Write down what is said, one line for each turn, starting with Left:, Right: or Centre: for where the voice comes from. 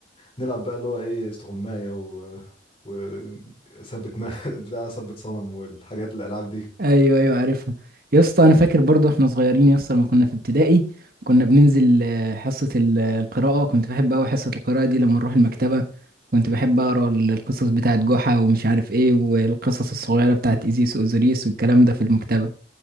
Left: نلعب بقى اللي هو ايه استغمايه و وثبت ما <laughs> بتاع ثبت صنم والحاجات الالعاب دي
Right: ايوه ايوه عارفها يا اسطى انا فاكر برضه احنا صغيرين يا اسطى لما كنا في ابتدائي كنا بننزل آه، حصه ال- آه، القراءه كنت بحب قوي حصه القراءه دي لما نروح المكتبه كنت بحب اقرا ال- القصص بتاعت جحا ومش عارف ايه والقصص الصغيره بتاعت ايزيس واوزوريس والكلام ده في المكتبه